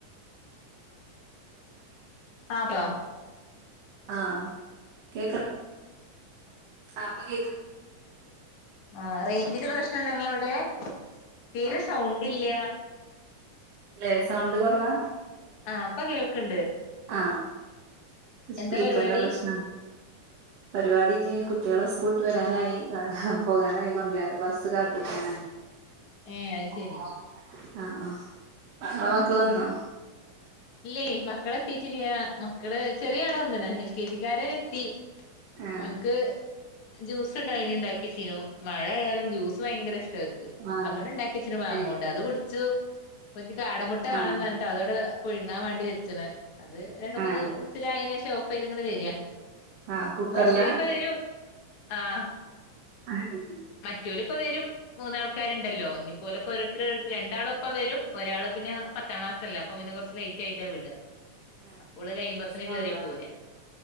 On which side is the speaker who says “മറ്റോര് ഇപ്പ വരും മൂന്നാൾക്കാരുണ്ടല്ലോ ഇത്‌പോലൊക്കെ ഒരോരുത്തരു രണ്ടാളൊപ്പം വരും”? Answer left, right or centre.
Left